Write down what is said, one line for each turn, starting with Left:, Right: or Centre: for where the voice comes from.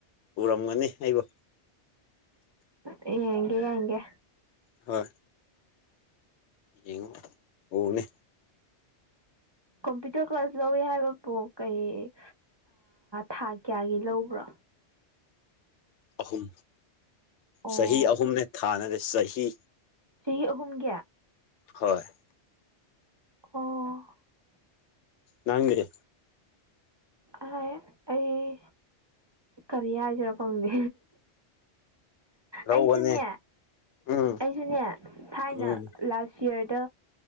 Left: ꯎꯔꯝꯒꯅꯤ ꯑꯩꯕꯨ
Right: ꯌꯦꯡꯒꯦ ꯌꯦꯡꯒꯦ
Left: ꯍꯣꯏ ꯌꯦꯡꯎ ꯎꯕꯅꯦ
Right: ꯀꯝꯄ꯭ꯨꯇꯔ ꯀ꯭ꯂꯥꯁ ꯂꯧꯏ ꯍꯥꯏꯕ ꯄꯣ ꯀꯩ ꯊꯥ ꯀꯌꯥꯒꯤ ꯂꯧꯕ꯭ꯔꯣ
Left: ꯑꯍꯨꯝ
Right: ꯑꯣ
Left: ꯆꯍꯤ ꯑꯍꯨꯝꯅꯦ ꯊꯥꯅ ꯅꯠꯇꯦ ꯆꯍꯤ
Right: ꯆꯍꯤ ꯑꯍꯨꯝꯒꯤ
Left: ꯍꯣꯏ
Right: ꯑꯣ
Left: ꯂꯥꯡꯒꯦ
Right: ꯑ ꯑꯩ ꯀꯔꯤꯌꯥ ꯍꯥꯏꯖꯔꯛꯄꯪꯗꯦ
Left: ꯂꯧꯕꯅꯦ
Right: ꯑꯩꯁꯨꯅꯦ
Left: ꯎꯝ
Right: ꯑꯩꯁꯨꯅꯦ ꯊꯥꯏꯅ
Left: ꯎꯝ
Right: ꯂꯥꯛꯁꯤ ꯌꯌꯔꯗ